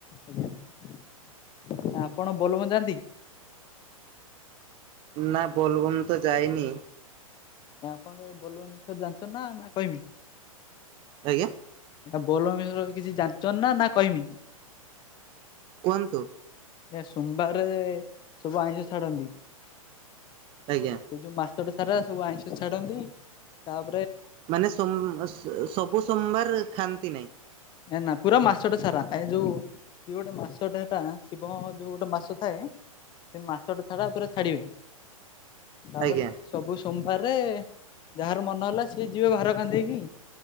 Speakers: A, on the left; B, on the right.
A: ଆଜ୍ଞା ଆପଣ ବୋଲବମ ଯାଆନ୍ତି।
B: ନା ବୋଲବମ୍ ତ ଯାଇନି।
A: ଏ ଆପଣ ସେ ବୋଲବାମ ବିଷୟରେ ଜାଣିଛନ୍ତି ନା ନା କହିମି।
B: ଆଜ୍ଞା।
A: ବୋଲବମ୍ ବିଷୟରେ କିଛି ଜାଣିଛନ୍ତି ନା? ନା କହିମି
B: କୁହନ୍ତୁ।
A: ଏ ସୋମବାରେ ସବୁ ଆଇଁଷ ଛାଡନ୍ତି ।ସେ
B: ଆଜ୍ଞା।
A: ଯୋଉ ମା ଟା ସାରା ସବୁ ଆଇଁଷ ଛାଡନ୍ତି, ତାପ
B: ମାନେ ସୋମ ସବୁ ସୋମବାର ଖାଆନ୍ତି ନାଇଁ।
A: ନା ନା ପୁରା ମାସଟା ସାରା ଏ ଯୋଉ କିଏ ଗୋଟେ ମାସଟେ ହେକା ଶିବଙ୍କ ଯୋଉ ଗୋଟେ ମାସ ଥାଏ। ସେ ମାସଟା ସାରା ପୁରା ଛାଡିବେ। ତାପରେ
B: ଆଜ୍ଞା
A: ସବୁ ସୋମ ବାରେ ଯାହାର ମନ ହେଲା ସିଏ ଯିବ ଭାର କାନ୍ଧେଇକି।